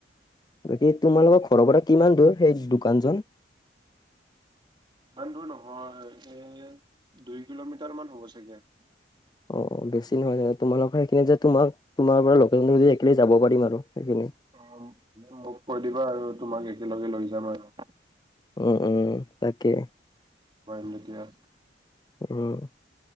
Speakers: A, on the left; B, on the right.
A: বাকী তোমালোকৰ ঘৰৰ পৰা কিমান দূৰ সেই দোকানজন।
B: ইমান দূৰ নহয়, এ দুই কিলোমিটাৰ মান হ'ব চাগে।
A: অ', বেছি নহয় মানে তোমালোকৰ সেইখিনি যে তোমাক তোমাৰ পৰা লোকেল একেলগে যাব পাৰিম আৰু সেইখিনি।
B: অ', ম মোক কৈ দিবা আৰু তোমাক একেলগে লৈ যাম আৰু।
A: উম, উম, তাকে।
B: পাৰিম এতিয়া।
A: উম,